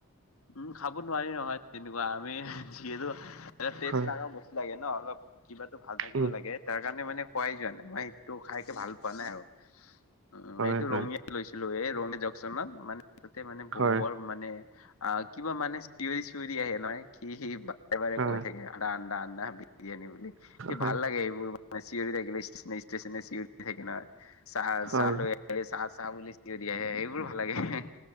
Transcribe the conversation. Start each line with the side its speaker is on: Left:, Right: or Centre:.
Left: উম' খাব নোৱাৰি নহয় তেনেকুৱা, আমি যিহেতু টেষ্ট
Right: হয়
Left: লগা বস্তু লাগে ন', অলপ কিবাটো ভাল থাকিব
Right: উম
Left: লাগে। তাৰ কাৰণে মানে খোৱাই যোৱা নাই, মই সেইটো খাইকে ভাল পোৱা নাই আৰু উম,
Right: হয়
Left: এইটো
Right: হয়
Left: ৰঙীয়া লৈছিলোঁ এই ৰঙীয়া জংচনত, মানে তাতে মানে
Right: হয়
Left: বৰ মানে অহ, কিবা মানে চিঞৰি, চিঞৰি আহে নহয়, হেৰি বাৰে, বাৰে
Right: হয়
Left: কৈ থাকে, আন্ডা, আন্ডা, আন্ডা। <unintelligible> বুলি সেই
Right: হয়
Left: ভাল লাগে, এইবোৰ মানে চিঞৰি থাকিলে ষ্টেচনে, ষ্টেচনে চিঞৰি থাকে নহয়। চাহ-চাহ
Right: হয়
Left: লৈ চাহ-চাহ বুলি চিঞৰি আহে সেইবোৰ ভাল লাগে।